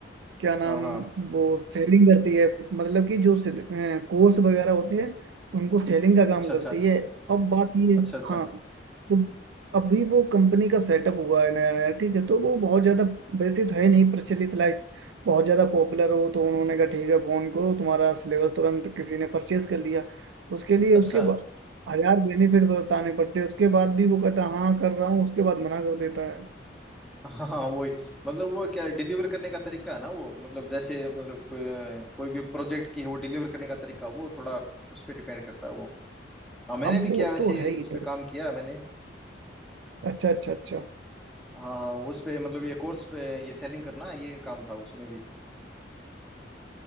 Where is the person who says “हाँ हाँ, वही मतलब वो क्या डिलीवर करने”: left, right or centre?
Centre